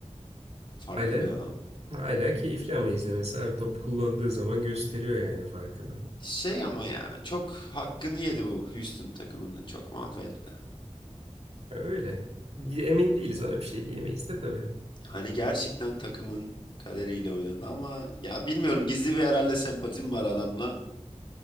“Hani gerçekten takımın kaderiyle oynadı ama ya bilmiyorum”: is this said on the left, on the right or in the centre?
Left